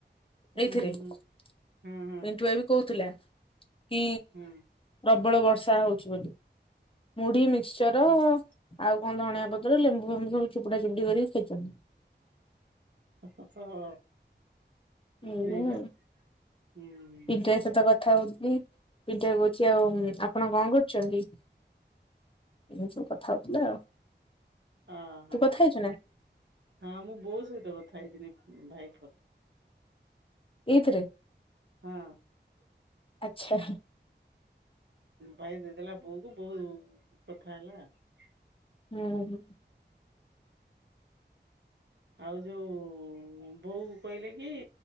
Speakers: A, on the right; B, on the left.
A: ହୁଁ
B: ଏଇଥିରେ
A: ହୁଁ
B: ପିଣ୍ଟୁ
A: ହୁଁ ହଁ
B: ଭାଇ ବି କହୁଥିଲା କି
A: ହଁ।
B: ପ୍ରବଳ ବର୍ଷା ହଉଛି ବୋଲି ମୁଢି ମି ମିକ୍ସଚର
A: ହଁ
B: ଆଉ ପତ୍ର ଲେମ୍ବୁ ଫେମ୍ବୁ ସବୁ ଚୋପୁଡା ଚୁପୁଡି କରିକି ଖାଇଛନ୍ତି।
A: ହ ହଁ
B: ଏଇଆ
A: ସେଇବା
B: ଆଉ
A: ହୁଁ।
B: ପିଣ୍ଟୁ ଭାଇ ସହିତ କଥା ହଉଥିଲି ପିଠା କରୁଛି ଆଉ ଆପଣ କଣ କରୁଛନ୍ତି? ଏମତି ସବୁ କଥା ହଉଥିଲେ ଆଉ
A: ଓହୋ।
B: ତୁ କଥା ହେଇଛୁ ନା।
A: ହଁ ମୁଁ ବୋଉ ସହିତ କଥା ହେଇଥିନି ଭାଇ ଫୋନରେ।
B: ଏଇଥିରେ
A: ହଁ।
B: ଆଚ୍ଛା।
A: ଭାଇ ଦେଇଦେଲା ବୋଉ କୁ ବୋଉ କଥା ହେଲା ଆଉ।
B: ହୁଁ।
A: ଆଉ ଯୋଉ ବୋଉ କହିଲେ କି